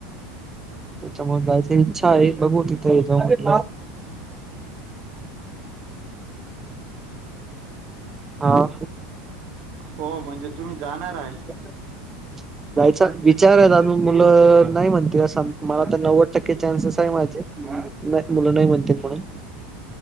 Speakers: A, on the right; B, on the right.
A: तिथं जायची ईच्छा आहे बघूं तिथं जाऊं हा <unintelligible>
B: हो म्हणजे तुम्हीं जाणारं आहे
A: ् <unintelligible> जायंचा विचारं आहे आम्हीं मुलं नाहीं म्हणते मलां तरं नव्वद टंक्के चान्सेस आहे माझे नाहीं मुलं नाहीं म्हणतील म्हणूंन